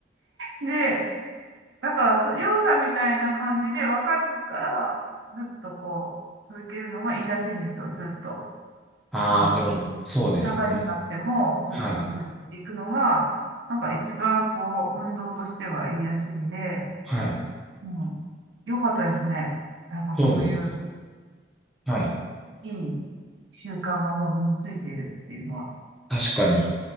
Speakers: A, on the right (about 70°); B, in the centre.
A: で、だからそ、りょうさんみたいな感じで、若い時からずっとこう、続けるのがいいらしいんですよ、ずっと。
B: ああ、
A: あの、
B: でも、そうですね。
A: 社会人になってもずっと続けていくのが、
B: はい、
A: なんか一番こう、運動としてはいいらしいんで、
B: はい。
A: うん、よかったですね。なんかそういう、
B: そうですね。はい。
A: いい習慣がもう身についてるっていうのは、
B: 確かに、